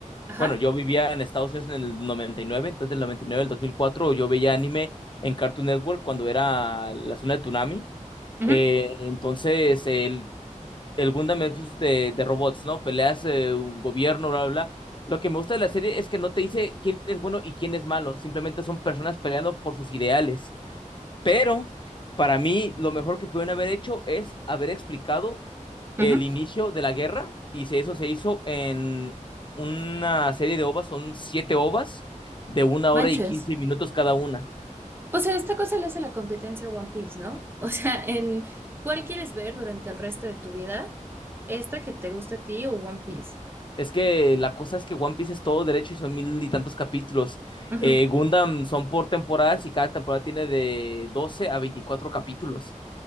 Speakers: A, on the right (about 15°); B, on the left (about 35°).
A: Ajá.
B: Bueno, yo vivía en Estados Unidos en el noventa y nueve entonces del 99 al 2004 yo veía anime en Cartoon Network cuando era la zona de Toonami.
A: Ujú,
B: Eh, entonces, el, el Gundam es pues, de, de robots, ¿no? Peleas eh, un gobierno, bla, bla, bla. Lo que me gusta de la serie es que no te dice quién es bueno y quién es malo, simplemente son personas peleando por sus ideales. Pero para mí, lo mejor que pudieron haber hecho es haber explicado el
A: ujú.
B: inicio de la guerra, y se- eso se hizo en una serie de ovas, son siete ovas de una
A: Manches.
B: hora y quince minutos cada una.
A: O sea, esta cosa le hace la competencia a One Piece, ¿no? <laughs> O sea, en ¿cuál quieres ver durante el resto de tu vida? ¿Esta que te gusta a ti o One Piece?
B: Es que la cosa es que One Piece es todo derecho y son mil y tantos capítulos.
A: Ujú.
B: Eh, Gundam son por temporadas y cada temporada tiene de 12 a 24 capítulos.